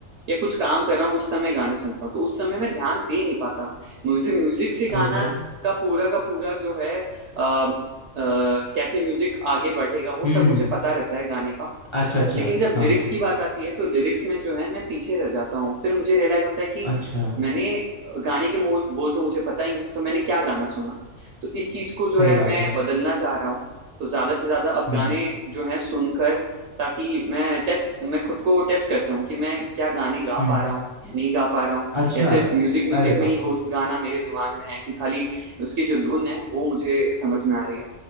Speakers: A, on the right; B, on the left.
A: या कुछ काम कर रहा हूँ उस समय गाने सुनता हूँ तो उस समय मैं ध्यान दे नहीं पाता म्यूजिक म्यूजिक से गाना
B: ओके हम्म
A: का पूरा का पूरा जो है अ, अ, कैसे म्यूजिक आगे बढ़ेगा वो
B: हम्म
A: सब मुझे पता रहता है गाने का
B: अच्छा अच्छा
A: लेकिन जब लिरिक्स
B: हाँ हाँ
A: की बात आती है तो लिरिक्स में जो है मैं पीछे रह जाता हूँ फिर मुझे रियलाइज होता है कि
B: अच्छा
A: मैंने गाने के मोल बोल तो मुझे पता ही नहीं तो मैंने क्या गाना सुना तो इस चीज को
B: सही
A: जो है
B: बात
A: मैं
B: है
A: बदलना चाह रहा हूँ तो ज्यादा से ज्यादा अब
B: हम्म
A: गाने जो है सुनकर ताकि मैं टेस्ट मैं खुद को टेस्ट करता हूँ कि मैं क्या गाने गा
B: हम्म
A: पा रहा हूँ या नहीं गा पा रहा हूँ
B: अच्छा
A: या सिर्फ म्यूजिक म्यूजिक
B: अरे
A: में
B: वाह
A: ही वो गाना मेरे दिमाग में है कि खाली उसकी जो धुन है वो मुझे समझ में आ रही है